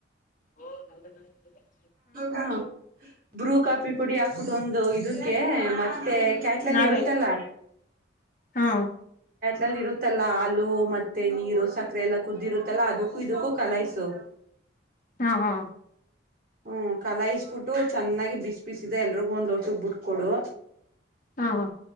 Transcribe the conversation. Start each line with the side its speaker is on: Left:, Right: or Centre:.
Left: ಓ ಸಾ <unintelligible>
Right: ಹ ಬ್ರೂ ಕಾಫಿ ಪುಡಿ ಹಾಕ್ಬಿಟ್ಟ ಒಂದು ಇದು ಮೆತೆ ಕ್ಯಾಟ್ಲಲ್ಲಿ
Left: ನಾವೇ
Right: ಇರುತ್ತಲ್ಲ
Left: ಹಾ
Right: ಲಲ್ಲಿ ಇರುತ್ತಲ್ಲಾ ಹಾಲು ಮತ್ತೆ ನೀರು ಸಕ್ಕರೆ ಎಲ್ಲ ಕುದ್ದಿರುತ್ತಲ್ಲಾ ಅದಕ್ಕೂ ಇದಕ್ಕೂ ಕಲಾಯಸು <inaudible>
Left: ಹಾ ಹಾ
Right: ಹ್ಮ್ ಕಲಾಯಿಸಬಿಟ್ಟು ಚೆನ್ನಾಗಿ ಬಿಸಿ ಬಿಸಿದ ಎಲ್ರಿಗೂ ಒಂದ್ ಲೋಟ ಬಿಟ್ಕೊಡು
Left: ಹಾ